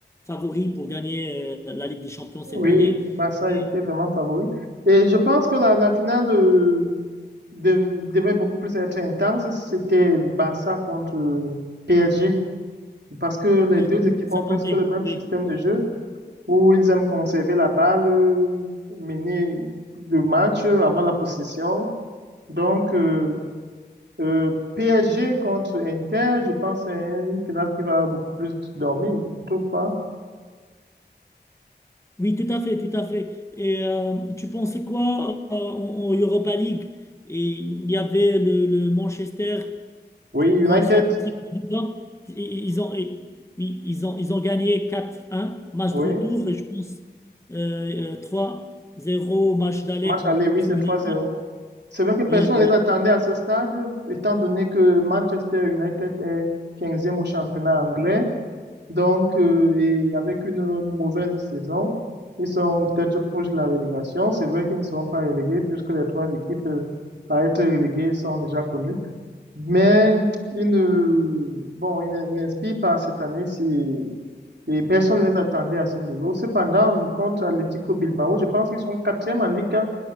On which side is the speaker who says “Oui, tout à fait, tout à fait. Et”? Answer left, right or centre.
Left